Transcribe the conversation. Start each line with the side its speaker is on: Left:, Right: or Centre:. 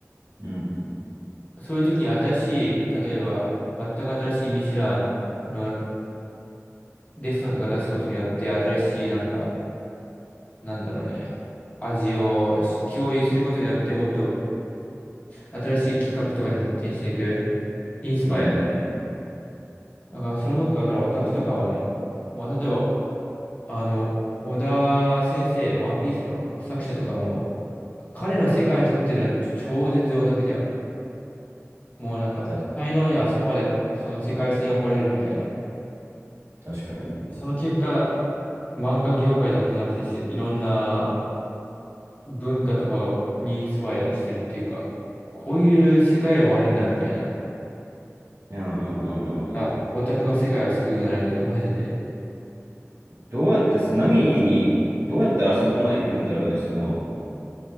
Right: うん、
Left: そういう時に新しい、例えば、全く新しいミシュランのレストランとか出すことによって、新しい、なんか、なんだろうね、味をし共有することによって、もっと新しい企画とかに発展していく、インスパイアだよね。
Right: うん、うん
Left: だから、それこそ、だからオタクとかはね、もう、例えば、あの、小田先生、ワンピースの作者とかも、彼の世界にとっての超絶オタクじゃん。もうなんか、
Right: 確
Left: 才能じゃん、
Right: かに。
Left: あそこまで、その世界線を掘れるみたいな。
Right: 確かに。
Left: その結果、漫画業界だけじゃなくて、せいろんな文化とかにインスパイアしてるっていうか、こういう世界もあるんだみたいな。
Right: いや、うん、うん、うん。
Left: あ、
Right: うん
Left: オタクは世界を救うじゃないけど、マジで。
Right: どうやってす、何に、どうやったらそこまで行くんだろうね、その、